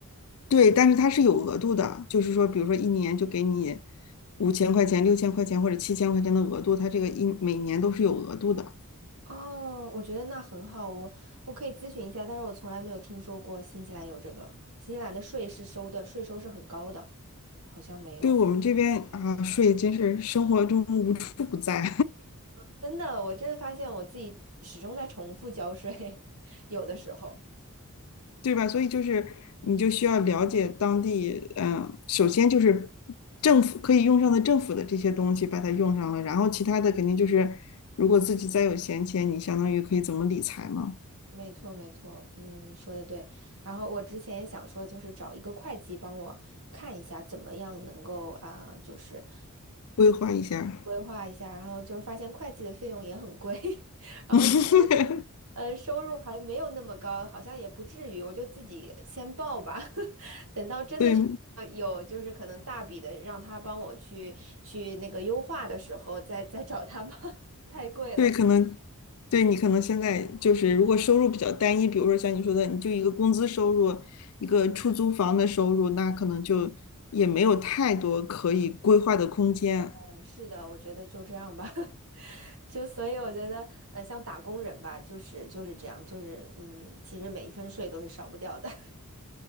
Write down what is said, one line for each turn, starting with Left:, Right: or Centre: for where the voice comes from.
Left: 对，但是它是有额度的，就是说，比如说一年就给你五千块钱、六千块钱或者七千块钱的额度，它这个一每年都是有额度的。
Right: 哦，我觉得那很好，我我可以咨询一下，但是我从来没有听说过新西兰有这个。新西兰的税是收的，税收是很高的，好像没有。
Left: 对我们这边啊，税真是生活中无处不在，
Right: 真的，我真的发现我自己始终在重复交税，<laughs> 有的时候，
Left: <laughs> 对吧？所以就是你就需要了解当地，
Right: 嗯，
Left: 嗯，首先就是政府可以用上的政府的这些东西把它用上了，然后其他的肯定就是如果自己再有闲钱，你相当于可以怎么理财嘛，
Right: 没错没错，嗯，说的对。然后我之前也想说，就是找一个会计帮我看一下，怎么样能够啊、就是
Left: 规划一下。
Right: 规划一下，然后就是发现会计的费用也很贵，<laughs> 然后想我现
Left: <laughs>
Right: 在呃收入还没有那么高，好像也不至于，我就自己先报吧，<laughs> 等到真的是呃有就是可能大笔的让他帮我去去那个优化的时候，
Left: 对，
Right: 再再找他吧，<laughs> 太贵了。
Left: 对，可能对你可能现在就是，如果收入比较单一，比如说像你说的，你就一个工资收入，一个出租房的收入，那可能就也没有太多可以规划的空间。
Right: 对，是的，我觉得就这样吧，<laughs> 就所以我觉得，呃，像打工人吧，就是就是这样，就是嗯，其实每一分税都是少不掉的。<laughs>